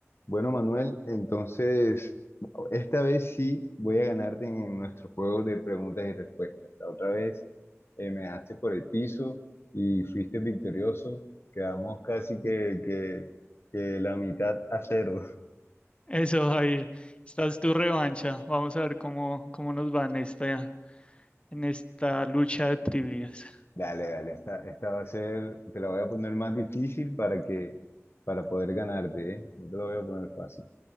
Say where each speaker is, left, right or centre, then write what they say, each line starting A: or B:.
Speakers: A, on the left; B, on the left.
A: Bueno, Manuel, entonces esta vez sí voy a ganarte en nuestro juego de preguntas y respuestas. La otra vez eh, me dejaste por el piso y fuiste victorioso. Quedamos casi que, que, que la mitad a cero.
B: Eso, Jair, esta es tu revancha. Vamos a ver cómo, cómo nos va en esta, en esta lucha de trivias.
A: <laughs> Dale, dale, esta, esta va a ser, te la voy a poner más difícil para que, para poder ganarte, ¿eh? No te la voy a poner fácil.